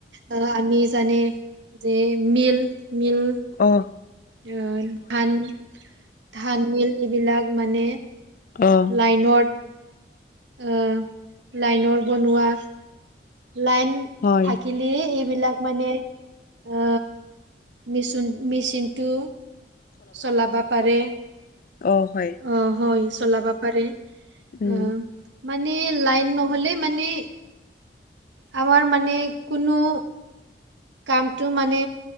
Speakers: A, on the right; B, on the left.
A: আ আমি জানে যে মিল - মিল
B: অহ।
A: আহ ধান, ধান মিল এইবিলাক মানে
B: অহ।
A: লাইনত আ লাইনৰ বনোৱা লাইন
B: হয়।
A: থাকিলে এইবিলাক মানে অ মেচুন মিচিনটো চলাবা পাৰে,
B: অ হয়
A: আহ হয় চলাবা পাৰে।
B: উম
A: অ মানে লাইন নহ'লে মানে আমাৰ মানে কোনো কামটো মানে